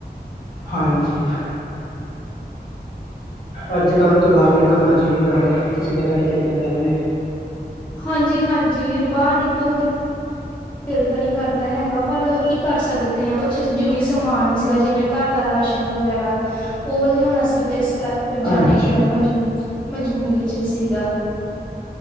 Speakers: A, on the left; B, on the left.
A: ਹਾਂਜੀ। ਅੱਜ ਕੱਲ ਤੋਂ ਬਾਹਰ ਨਿਕਲਣ ਨੂ ਜੀਅ ਨੀ ਕਰਦਾ ਤੁਸੀਂ ਪਤਾ ਨੀ ਕਿੱਦਾਂ ਚੱਲ ਗਏ।
B: ਹਾਂਜੀ- ਹਾਂਜੀ ਬਾਹਰ ਨਿਕਲਣ- ਦਿਲ ਤਾਂ ਨਹੀਂ ਕਰਦਾ ਹੈਗਾ ਪਰ ਕੀ ਕਰ ਸਕਦੇ ਹਾਂ ਕੁਛ ਜਰੂਰੀ ਸਮਾਨ ਸੀਗਾ ਜਿਵੇਂ, ਘਰ ਦਾ ਰਾਸ਼ਨ ਵਗੈਰਾ ਉਹ ਲਿਆਉਣਾ ਸੀਗਾ ਇਸ ਕਰ, ਫੇਰ
A: ਹਾਂਜੀ
B: ਜਾਣਾ ਹੀ ਪਿਆ ਮਜਬੂਰੀ- ਮਜਬੂਰੀ ਚ ਸੀਗਾ।